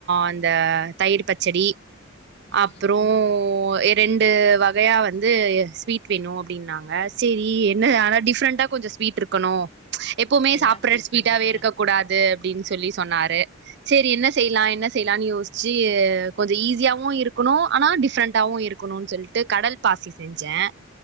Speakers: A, on the right; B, on the left.
A: அந்த தயிர் பச்சடி
B: ம்
A: அப்பறோ எ ரெண்டு வ கையா வந்து ஸ்வீட் வேணு அப்டின்னாங்க சேரி என்ன ஆனா டிஃப்ரண்டா கொஞ்ச ஸ்வீட் இருக்கணு எப்பவுமே
B: என்ன
A: சாப்பற்ற
B: ஸ்வீட்
A: ஸ்வீட்டாவே
B: செஞ்சீங்க
A: இருக்க கூடாது அப்டின் சொல்லி சொன்னாரு சேரி என்ன செய்லா என்ன செய்லான்னு யோஸ்ச்சு கொஞ்சோ ஈஸியாவு இருக்கணு ஆனா டிஃப்ரெண்டாவு இருக் கணுன் சொல்ட்டு கடல் பாசி செஞ்சே